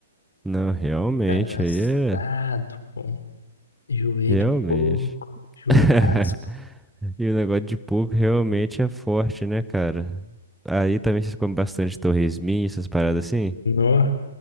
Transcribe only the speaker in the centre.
Não, realmente,
aí é.
Realmente.
<laughs> E o negócio de porco realmente é forte, né, cara? Aí também vocês comem bastante torresminho, essas paradas assim?